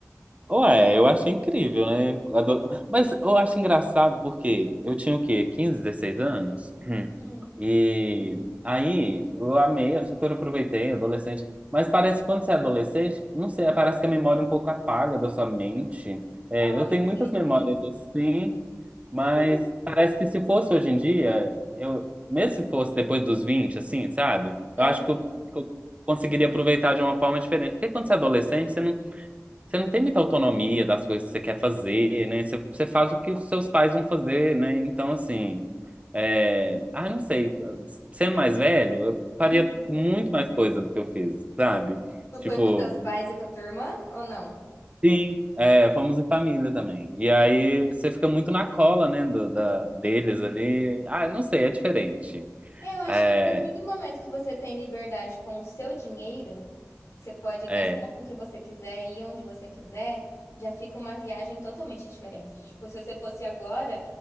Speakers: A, on the right (about 25°); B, on the left (about 60°).
A: Ué, eu achei incrível, né? Ado- Mas eu acho engraçado porque eu tinha o quê? 15, 16 anos? Hum.
B: Hum.
A: E aí eu amei, eu super aproveitei, adolescente. Mas parece que quando você é adolescente, não sei, parece que a memória é um pouco apaga da sua mente. É,
B: Ai,
A: eu tenho
B: eu sei
A: muitas memórias
B: como é isso.
A: assim. Mas parece que se fosse hoje em dia, eu, mesmo se fosse depois dos 20 assim, sabe? Eu
B: Aham.
A: acho que eu, que eu conseguiria aproveitar de uma forma diferente. Porque quando você é adolescente, você não, você não tem muita autonomia das coisas que você quer fazer, né? Você, você faz o que os seus pais vão fazer, né? Então, assim, é... ah, não sei. Sendo mais velho, eu faria
B: Uhum.
A: muito mais coisa do que eu fiz, sabe?
B: Tu foi
A: Tipo.
B: com teus pais e com a tua irmã ou não?
A: Sim, é, fomos em família também. E aí você fica muito na cola, né, do- da, deles ali. Ah, não sei, é diferente.
B: Eu acho
A: É,
B: que a partir do momento que você tem liberdade com o seu dinheiro, você pode gastar
A: é,
B: com o que você quiser e ir onde você quiser, já fica uma viagem totalmente diferente. Tipo, se você fosse agora,